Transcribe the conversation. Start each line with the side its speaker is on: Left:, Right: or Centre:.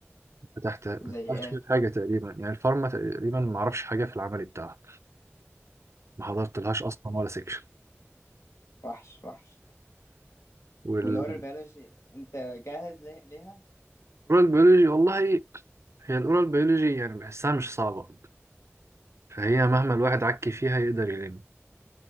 Right: فتحت
Left: زي
Right: معرفش
Left: ايه
Right: فيه حاجة تقريبا يعني الفارما تقريبا معرفش حاجة في العمل بتاعها ما حضرتلهاش اصلا ولا سكشن
Left: وحش وحش
Right: والاورال
Left: والأورال بيولوجي أنت جاهز لي- ليها
Right: بيولوجي والله هي الاورال بيولوجي يعني بحسها مش صعبة فهي مهما الواحد عكي فيها يقدر يلم